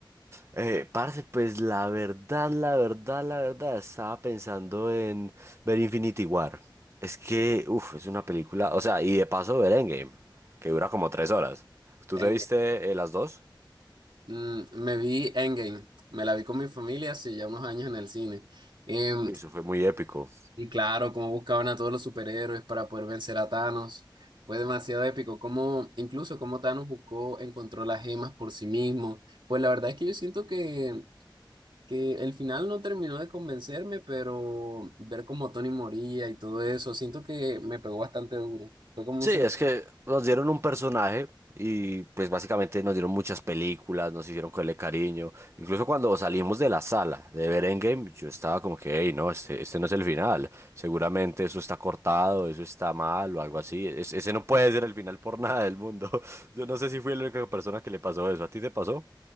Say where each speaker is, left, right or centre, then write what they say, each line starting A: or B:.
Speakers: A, on the right; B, on the right.
A: Eh, parce, pues la verdad, la verdad, la verdad, estaba pensando en ver Infinity War. Es que, uff, es una película, o sea, y de paso ver Endgame, que dura como tres horas. ¿Tú
B: Endgame.
A: te viste eh, las dos?
B: Mm, me vi Endgame, me la vi con mi familia hace ya unos años en el cine. Em,
A: Uy, eso fue muy épico.
B: Y claro, cómo buscaban a todos los superhéroes para poder vencer a Thanos. Fue demasiado épico. Como, incluso cómo Thanos buscó, encontró las gemas por sí mismo. Pues la verdad es que yo siento que, que el final no terminó de convencerme, pero ver cómo Tony moría y todo eso, siento que me pegó bastante duro. Fue como
A: Sí,
B: un sentido.
A: es que nos dieron un personaje y pues básicamente nos dieron muchas películas, nos hicieron cogerle cariño. Incluso cuando salimos de la sala de ver Endgame, yo estaba como que, hey, no, este, este no es el final. Seguramente eso está cortado, eso está mal o algo así. Es- ese no puede ser el final por nada del mundo. <laughs> Yo no sé si fui la única persona que le pasó eso. ¿A ti te pasó?